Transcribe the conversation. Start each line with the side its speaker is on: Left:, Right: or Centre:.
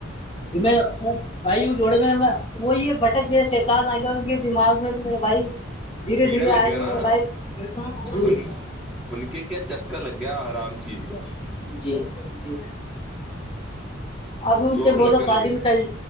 Left: میں بھائی وہ جوڑے میرے میں وہ یہ بٹک شیتان آ گیا ان کے دماغ میں تو میرے بھائی دھیرے
Centre: کیڑا
Left: دھیرے آئیں
Centre: لگیا
Left: گے
Centre: نا
Left: میرے بھائی
Centre: ان ان کے کیا چسکا لگ گیا آرام چیز کا
Left: جی جی جی اب
Centre: شوق
Left: سے
Centre: لگے
Left: بولو
Centre: ان
Left: شادی
Centre: کے
Left: مٹھائی